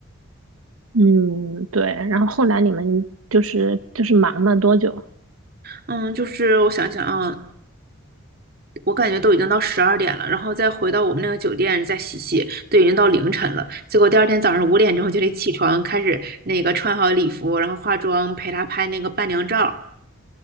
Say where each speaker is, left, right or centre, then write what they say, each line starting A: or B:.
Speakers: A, on the right (about 85°); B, on the right (about 45°).
A: 嗯，对。然后后来你们就是就是忙了多久？
B: 嗯，就是我想想啊，我感觉都已经到十二点了，然后再回到我们那个酒店再洗洗，都已经到凌晨了。结果第二天早上五点钟就得起床，开始那个穿好礼服，然后化妆，陪她拍那个伴娘照、